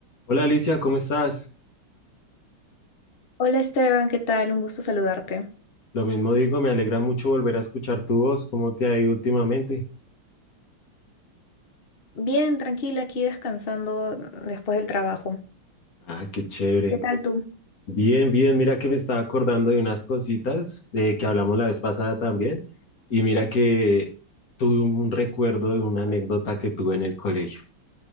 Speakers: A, on the left; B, on the left.
A: Hola Alicia, ¿cómo estás?
B: Hola Esteban, ¿qué tal? Un gusto saludarte.
A: Lo mismo digo, me alegra mucho volver a escuchar tu voz. ¿Cómo te ha ido últimamente?
B: Bien, tranquila, aquí descansando después del trabajo.
A: Ah, qué chévere.
B: ¿Qué tal tú?
A: Bien, bien, mira que me estaba acordando de unas cositas de que hablamos la vez pasada también. Y mira que tuve un recuerdo de una anécdota que tuve en el colegio.